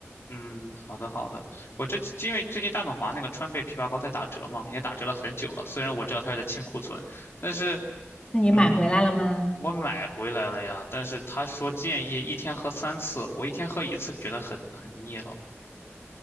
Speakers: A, on the left (about 60°); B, on the left (about 25°).
A: 嗯，好的好的，我这因为最近大董华那个川贝枇杷膏在打折嘛，也打折了很久了。虽然我知道它是在清库存，但是
B: 那你买回来了吗？
A: 嗯，我买回来了呀。但是他说建议一天喝三次，我一天喝一次觉得很很腻了